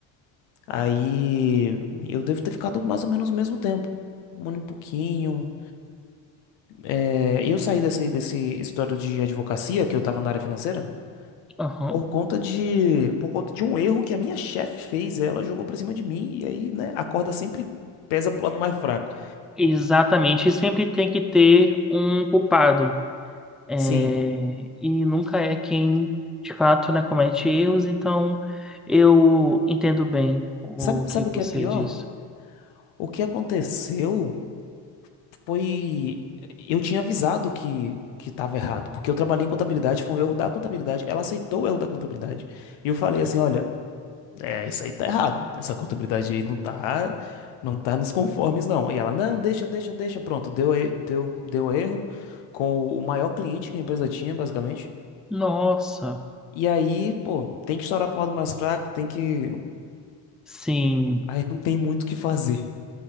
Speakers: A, on the left (about 80°); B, in the centre.
A: Aí eu devo ter ficado mais ou menos o mesmo tempo, um ano e pouquinho. É, eu saí desse, desse história de advocacia, que eu tava na área financeira,
B: Aham.
A: por conta de, por conta de um erro que a minha chefe fez. Ela jogou pra cima de mim e aí, né, a corda sempre pesa pro lado mais fraco.
B: Exatamente. E sempre tem que ter um culpado. É,
A: Sim.
B: E nunca é quem, de fato, né, comete erros. Então, eu entendo bem o
A: Sabe,
B: que
A: sabe
B: você
A: o que é pior?
B: diz.
A: O que aconteceu foi. Eu tinha avisado que, que estava errado, porque eu trabalhei em contabilidade, foi um erro da contabilidade. Ela aceitou o erro da contabilidade. E eu falei assim: olha. É, isso aí tá errado. Essa contabilidade aí não tá, não tá nos conformes, não. E ela, não, deixa, deixa, deixa. Pronto, deu, e- deu, deu erro com o maior cliente que a empresa tinha, basicamente.
B: Nossa,
A: E aí, pô, tem que estourar pro lado mais fraco, tem que.
B: sim.
A: Aí não tem muito o que fazer,